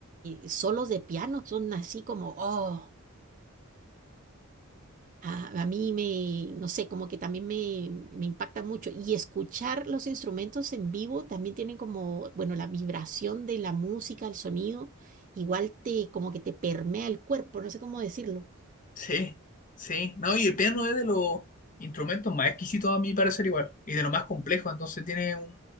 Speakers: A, on the right; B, on the left.
A: eh, solos de piano son así como, oh, a, a mí me, no sé, como que también me, me impacta mucho. Y escuchar los instrumentos en vivo también tienen como, bueno, la vibración de la música, el sonido, igual te, como que te permea el cuerpo, no sé cómo decirlo.
B: Sí, sí. No, y el piano es de los instrumentos más exquisitos a mi parecer igual, y de lo más complejo, entonces tiene un,